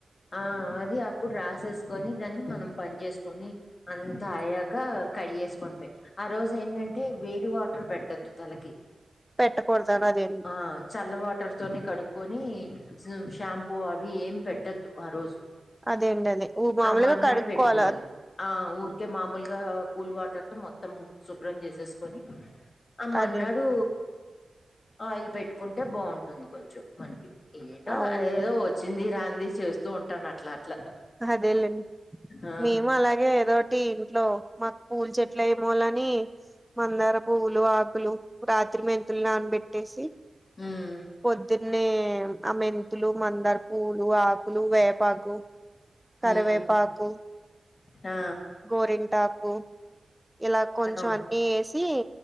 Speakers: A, on the left (about 55°); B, in the centre.
A: ఆ అది అప్పుడు రాసేసుకొని దాన్ని మనం పని చేేసుకొని అంత అయ్యాక కడిగేసుకోవటమే ఆ రోజు ఏంటంటే వేడి వాటర్ పెట్టొద్దు తలకి
B: పెట్ట కూడదు అదేని
A: ఆ చల్ల వాటర్ తోనే కడుక్కుని షాంపూ అవి ఏం పెట్టొద్దు ఆ రోజు
B: అదేండి అదే ఉ మామూలుగా
A: ఆ మన్నాడు
B: కడుక్కోవాలా
A: పెట్టుకోవాలి ఆ ఊరికే మామూలుగా కూల్ వాటర్తో మొత్తం శుభ్రం చేసేసుకొని ఆమన్నాడు
B: అదేండి
A: ఆయిల్ పెట్టుకుంటే బాగుంటుంది కొంచెం మనకి ఇంట్లో
B: అవును
A: ఏ ఏదో వచ్చింది రాంది చేస్తూ ఉంటాను అట్లా అట్లా
B: అదేలేండి
A: ఆ
B: మేము అలాగే ఏదోటి ఇంట్లో మాకు పూలు చెట్ల ఏమోలని మందార పువ్వులు ఆకులు రాత్రి మెంతులు నానబెట్టేసి
A: ఉమ్
B: పొద్దు నే ఆ మెంతులు మందారు పూలు ఆకులు వేపాకు కరివేపాకు
A: ఉమ్ ఆ
B: గోరింటాకు ఇలా కొంచెం
A: అ
B: అన్నిీ వేసి